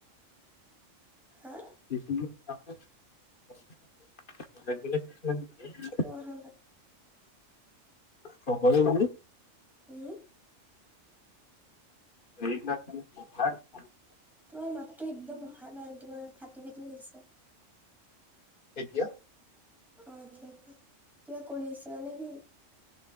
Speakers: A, in the centre; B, on the left.
A: হা
B: দিছিলো তাৰপিছত <unintelligible>
A: অ খালোঁ
B: পকৰি মানে
A: হুও
B: হেৰি দিনাখন <unintelligible>
A: তোমাৰ মাততো একদম অহা নাই তোমাৰ ফাটি ফাটি আহিছে।
B: এতিয়া
A: অ এতিয়া কোৱা কিবা কৰি আছিলা নেকি?